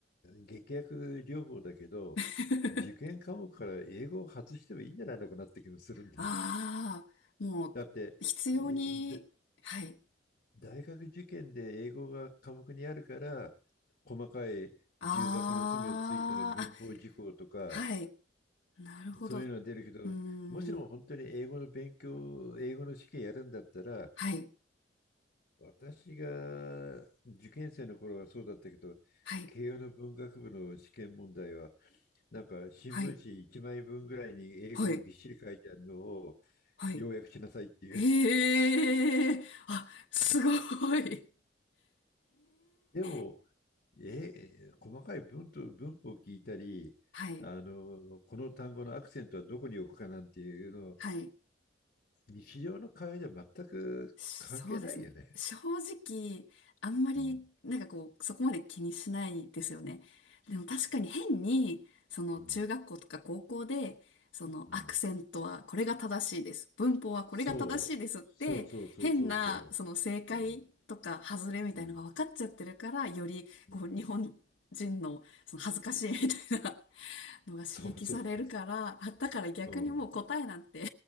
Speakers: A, on the left; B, on the left.
A: 劇薬療法だけど、
B: <laughs>
A: 受験科目から英語を外してもいいんじゃないのかなって気もするんで。
B: ああ、もう、
A: だって、
B: 必要に、
A: えだ
B: はい。
A: 大学受験で英語が科目にあるから、細かい重箱の隅をついての文法事項とか、
B: ああ、あ、はい。なるほど。
A: そういうのは出るけど、
B: うーん。
A: もしも本当に英語の勉強、英語の試験やるんだったら、
B: はい。
A: 私が受験生の頃はそうだったけど、
B: はい。
A: 慶応の文学部の試験問題は、なんか新聞紙1枚分ぐらいに英語がぎっしり書いてあるのを
B: はい。はい。はい。
A: 要約しなさいっていう
B: へえ。あ、すごい。へ
A: でも、
B: え。
A: え、細かい文と文法を聞いたり、
B: はい。
A: あの、この単語のアクセントはどこに置くかなんていうのを、
B: はい。
A: 日常の会話じゃ全く関係ないよね。
B: そうですね。正直、あんまり、
A: うん、
B: なんかこう、そこまで気にしないですよね。でも確かに変に、その中学校とか高校で、
A: うん、
B: そのアクセントはこれが正しいです。
A: うん。
B: 文法はこれが正しいですって、
A: そう、そうそうそうそうそ
B: 変な、その正解とか外れみたいなのが分かっちゃってるから、
A: う。うん、うん、
B: より、
A: うん。
B: こう、日本人の、その恥ずかしいみたいなのが刺激されるから、
A: そうそうそうそ
B: あ、だから逆にもう答えなんて
A: う。うん、